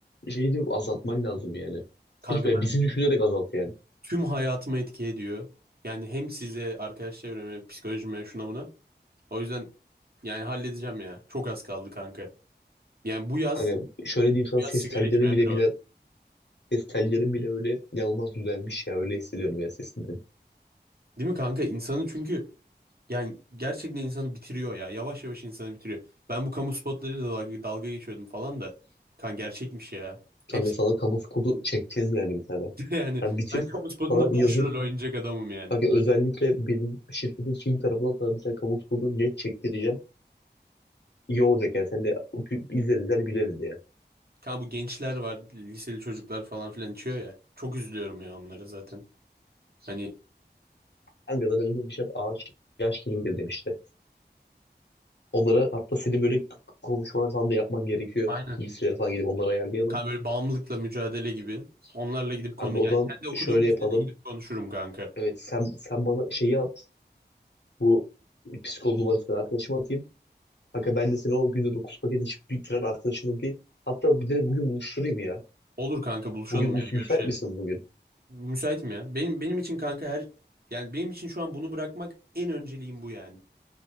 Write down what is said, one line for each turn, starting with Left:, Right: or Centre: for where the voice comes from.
Left: şeyi de azaltman lazım yani. Sırf
Right: Kanka
Left: ya bizi düşünerek azalt yani.
Right: tüm hayatımı etki ediyor. Yani hem size, arkadaş çevreme, psikolojime, şuna buna. O yüzden yani halledeceğim ya. Çok az kaldı kanka. Yani bu yaz,
Left: Hani şöyle diyeyim sana
Right: bu yaz
Left: ses
Right: sigara
Left: telleri
Right: içmeye
Left: bile
Right: bir olacağım.
Left: bile ses tellerim bile öyle inanılmaz düzelmiş ya öyle hissediyorum ya sesinden.
Right: Değil mi kanka? İnsanı çünkü yani gerçekten insanı bitiriyor ya. Yavaş yavaş insanı bitiriyor. Ben bu kamu spotlarıyla dalga, dalga geçiyordum falan da. Kan gerçekmiş ya. Hepsi
Left: Kanka sana kamu spotu çekeceğiz yani bir tane.
Right: <laughs> yani
Left: Yani bitir
Right: ben kamu spotunda
Left: sana
Right: başrol
Left: yazın.
Right: oynayacak adamım yani.
Left: Kanka özellikle bizim şirketin Çin tarafından sana bir tane kamu spotu net çektireceğim. İyi olacak yani sen de gü- izler izler güleriz ya.
Right: Kanka bu gençler var, liseli çocuklar falan filan içiyor ya. Çok üzülüyorum ya onlara zaten. Hani
Left: Kanka zaten öyle demişler ağaç yaş kilimdir demişler. Onlara hatta senin böyle k- konuşmalar falan da yapman gerekiyor.
Right: Aynen.
Left: Bilgisayara falan gidip onları ayarlayalım.
Right: Hani böyle bağımlılıkla mücadele gibi. Onlarla gidip
Left: Kanka
Right: konu yani
Left: o zaman
Right: kendi okuduğum
Left: şöyle yapalım.
Right: lisede gidip konuşurum kanka.
Left: Evet sen sen bana şeyi at. Bu psikolog numarasını arkadaşıma atayım. Kanka ben de seni o günde 9 paket içip bitiren arkadaşımı bir hatta bir direkt bugün buluşturayım ya.
Right: Olur kanka buluşalım
Left: Bugün
Right: ya
Left: müs
Right: görüşelim.
Left: müsait misin bugün?
Right: Müsaitim ya. Benim benim için kanka her yani benim için şu an bunu bırakmak en önceliğim bu yani.